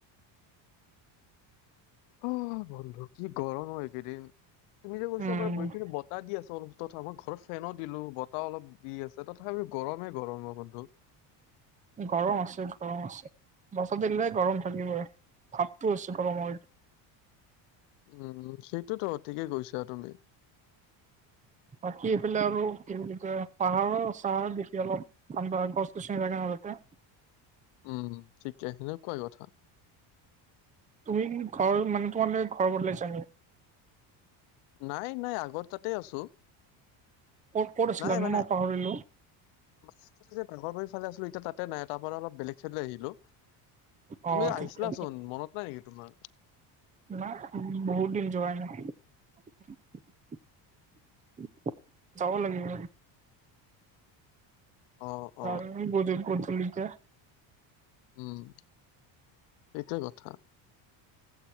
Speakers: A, on the left (about 85°); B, on the right (about 15°).
A: অ বন্ধু কি গৰম হয় এইকেইদিন তুমি যে কৈছা
B: উম
A: পাৰা ব এইখিনি বতাহ দি আছে অলপ তথা মই ঘৰৰ ফেনো দিলো বতাহ অলপ দি আছে তথাপি গৰমে গৰম অ বন্ধু।
B: গৰম আছে গৰম আছে বছাতেিলে গৰম থাকিব আৰু ভাপটোছে গৰম হয়টো <unintelligible>
A: উম সেইটোতো ঠিকেই গৈছা তুমি
B: বাকী এইফালে আৰু কি বুলি কয় পাহাৰৰ চাহাৰ দেখি অলপ ঠাণ্ডা গছ গছনি লাগে তাতে
A: উম ঠিকে সেনেকোৱাই কথা
B: তুমি কি ঘৰ মানে তোমালে ঘৰ বদলাইছে নি
A: নাই নাই আগত তাতে আছো
B: ক'ত ক'ত আছিলা
A: নাই
B: নো
A: মানে
B: মই পাহৰিলো
A: মানে আগতে যে ভোগৰ ভাৰ ফালে আছিলো এতিয়া তাত ত নাই তাৰ পৰাৰা অলপ বেলেগ চাইলে আহিলো তুমি
B: অ
A: আহিছিলাচোন
B: ঠিকে
A: মনত নাই নেকি তোমাৰ
B: ন বহু দমজাই ন <unintelligible> যাব লাগিব
A: অ
B: ত
A: অ
B: বজত পচলি <unintelligible> ক
A: উম সটোোৱ কথা।